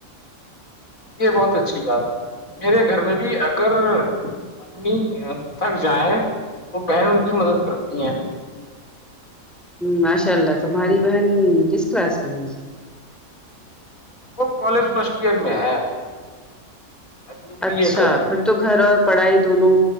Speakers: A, on the left; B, in the centre.
A: یہ بہت اچھی بات ہے میرے گھر میں بھی اگر امی تھک جائیں تو بہن ان کی مدد کرتی ہیں
B: ماشاء اللہ تمہاری بہن کس کلاس میں ہے
A: وہ کالج فرسٹ ایئر میں ہے ابھی وہ بی
B: اچھا
A: اے کر رہی
B: پھر
A: ہے
B: تو گھر اور پڑھائی دونوں